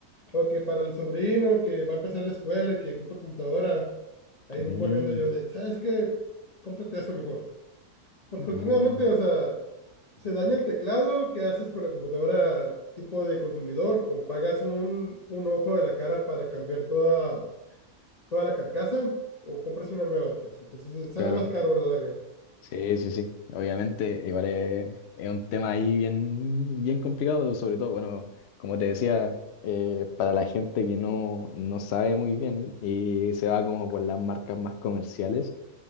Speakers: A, on the left; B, on the left.
A: O que para el sobrino que va a empezar la escuela y que ocupa computadora, ahí
B: Mm,
A: voy corriendo yo de, ¿sabes qué? Cómprate eso mejor. Porque
B: ah,
A: últimamente, o sea, se daña el teclado, ¿qué haces con la computadora tipo de consumidor? ¿O pagas un, un ojo de la cara para cambiar toda, toda la carcasa? ¿O compras una nueva? Pues entonces eh, sale
B: claro.
A: más caro a la larga.
B: Sí, sí, sí. Obviamente, igual es, es un tema ahí bien, bien complicado, sobre todo, bueno, como te decía, eh, para la gente que no, no sabe muy bien y se va como por las marcas más comerciales,